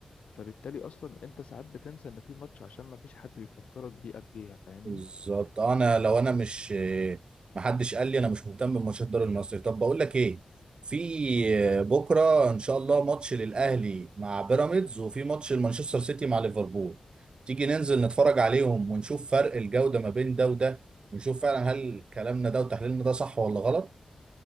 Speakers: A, on the left; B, on the right.
A: فبالتالي اصلا انت ساعات بتنسى ان في ماتش عشان ما فيش حد بيفكرك بيه قبليها فاهمني
B: بالظبط انا لو انا مش آه، محدش قال لي انا مش مهتم بماتشات الدوري المصري طب بقول لك ايه في
A: مم.
B: آه، بكره ان شاء الله ماتش للاهلي مع بيراميدز وفي ماتش لمانشستر سيتي مع ليفربول تيجي ننزل نتفرج عليهم ونشوف فرق الجوده ما بين ده وده ونشوف فعلا هل كلامنا ده وتحليلنا ده صح ولا غلط